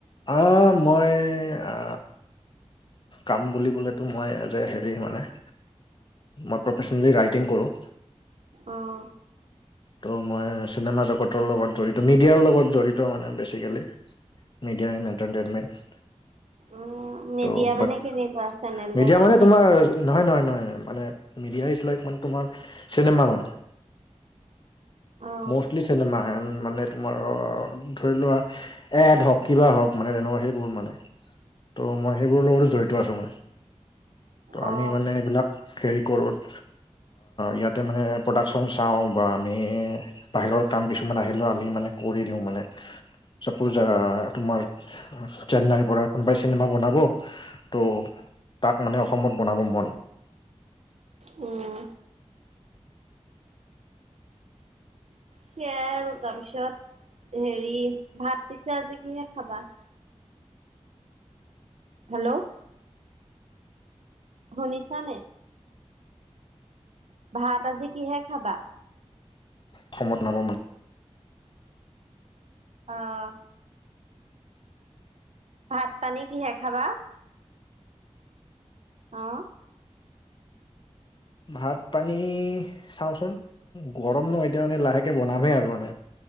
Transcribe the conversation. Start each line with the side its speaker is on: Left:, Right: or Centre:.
Left: আ মই আ কাম বুলিবলেতো মই যে হেৰি মানে। মই প্ৰফেচনেলি ৰাইটিং কৰো।
Right: উম।
Left: ত' মই চিনেমা জগতৰ লগত জড়িত মিডিয়াৰ লগত জড়িত মানে বেছিকেলি। Media and entertainment.
Right: অ মিডিয়া
Left: ত'
Right: মানে
Left: বাত,
Right: কেনেকুৱা চেনেল
Left: মিডিয়া
Right: তেনেল
Left: মানে
Right: নে
Left: তোমাৰ
Right: কি
Left: নহয় নহয় নহয় মানে মিডিয়া ইচ লাইক মানে তোমাৰ চিনেমা মানে।
Right: অ
Left: মষ্টলি চিনেমা এড মানে তোমাৰ অ ধৰি লোৱা এড হওক কিবা হওঁক মানে তেনেকুৱা সেইবোৰ মানে। ত' মই সেইবোৰৰ লগতো জড়িত আছো মানে। ত'
Right: অ
Left: আমি মানে এইবিলাক হেৰি কৰো। অৱ ইয়াতে মানে প্ৰডাকশচন চাওঁ বা আমি বাহিৰৰ কাম কিছুমান আহিলেও আমি মানে কৰি দিওঁ মানে। চাপজ ধৰা তোমাৰ চেন্নাইৰ পৰা কোনোবাই চিনেমা বনাব ত' তাক মানে অসমত বনাব মন।
Right: উম। সেয়াই আৰু তাৰপিছত হেৰি ভাত পিছে আজি কিহে খাবা? হেল্ল' শুনিছা নে? ভাত আজি কিহে খাবা?
Left: অসময়ত নাপাওঁ মানে
Right: অৱ। ভাত পানী কিহে খাবা। অৱ।
Left: ভাত পানী চাওঁচোন গৰম ন, এতিয়া মানে লাহেকে বনামহে আৰু মানে।